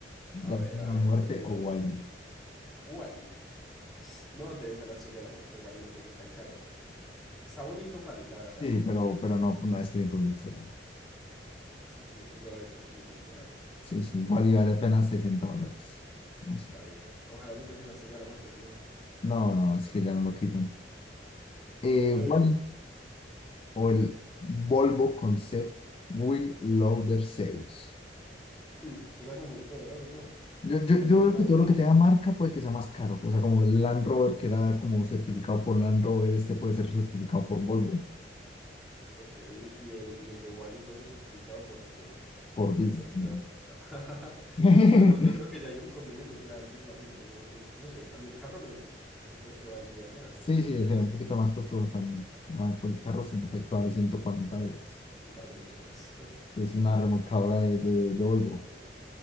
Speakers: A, in the centre; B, on the left.
A: A
B: La
A: ver,
B: Estrella
A: a
B: de
A: ver,
B: la Muerte
A: yo leo
B: o
A: el
B: Wally.
A: siguiente. Wally. No, debe ser la estrella de la muerte. Wally no puede ser tan caro. Está bonito Wally, la verdad.
B: Sí, pero, pero no, no es que era imposible que se ponga.
A: Es que 500 dólares son 500 dólares.
B: Sí, sí, Wally vale apenas 60 dólares. No sé.
A: Está bien. Ojalá nos dejen la estrella de la muerte. No.
B: No, no, es que ya no lo quitan. Eh,
A: A ver.
B: Wall-E o el Volvo Concept Will Loader Zeus.
A: Hmm, Suena como muy poderoso, ¿no?
B: Yo, yo,
A: Pero no
B: yo
A: se ve
B: creo
A: tan
B: que todo
A: robusto.
B: lo que tenga marca puede que sea más caro. O sea, como el Land Rover que era como certificado por Land Rover, este puede ser certificado por Volvo,
A: Ok, y el, y el de Wally puede ser certificado por quién?
B: por Disney.
A: Por el creador. <laughs>
B: <laughs>
A: Pero no, yo creo que ya hay un convenio muy grande igualmente. Yo, yo no sé, a mí el carro me, yo creo que valdría más,
B: Sí,
A: o vos
B: sí, es
A: qué
B: un
A: decís.
B: poquito más costoso también. Ah, Por
A: Sí,
B: el carro sin efecto vale 140 dólares.
A: vale mucho más. <laughs>
B: Sí, Es una remolcadora de, de, de Volvo.
A: Ok,